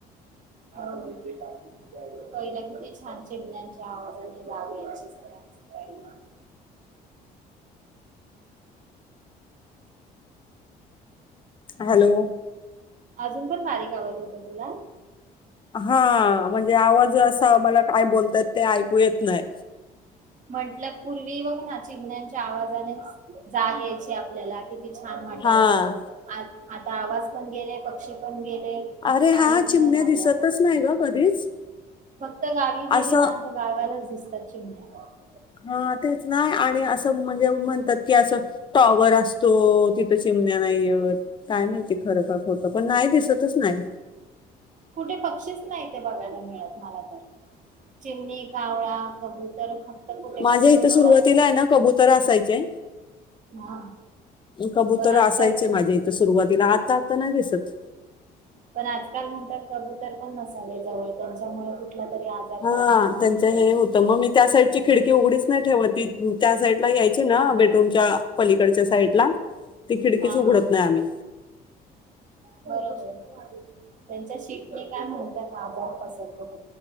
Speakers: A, on the right (about 50°); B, on the left (about 30°).
A: हो पहिल किती छान चिमण्यांच्या आवाजाने जाग यायची सगळ्यांना
B: हॅलो
A: अजून पण बारीक आवाज येतो तुला
B: हा म्हणजे आवाज असा मला काय बोलतात ते ऐकू <unintelligible> नाही
A: म्हंटलं पूर्वी बघ ना चिमण्यांच्या आवाजाने जाग यायची आपल्याला किती छान वाटायचं
B: हा
A: आता आवाज पण गेलेय पक्षी पण गेले
B: अरे
A: काहीच
B: हा -चिमण्या
A: नाही राहिला
B: दिसतच नाही ग कधीच
A: फक्त गावी गेली
B: असं
A: ना तर गावालाच दिसतात त्याची <unintelligible>
B: हा तेच नाही आणि असं म्हणजे म्हणतात की असं टॉवर असतो तिथं चिमण्या नाहीयेत काय माहिती खरं की खोटं पण नाही दिसतच नाय
A: कुठे पक्षीच नाही ते बघायला मिळत आम्हाला चिमणी कावळा कबूतर <unintelligible>
B: माझ्या
A: कुठे
B: इथं
A: दिसतात
B: सुरुवातीला आहे ना कबुतर असायचे
A: हा
B: कबुतर
A: पण आजकाल
B: असायचे माझ्या इथं सुरुवातीला आत्ता त नाही दिसत
A: पण आजकाल म्हणतात कबूतर पण नसावे जवळ त्यांच्यामुळे <unintelligible> आजार
B: हा
A: निर्माण
B: त्यांच्या
A: होतो.
B: हे होतं मग मी त्या साईडची खिडकी उघडीच नाही ठेवत ती त्या साईडला यायची ना बेडरूमच्या पलीकडच्या साईडला ती खिडकीच
A: हा हा
B: उघडत
A: हा
B: नाही आम्ही
A: बरोबर त्यांच्या शि <unintelligible> काय म्हणतात आजार पसरतो तो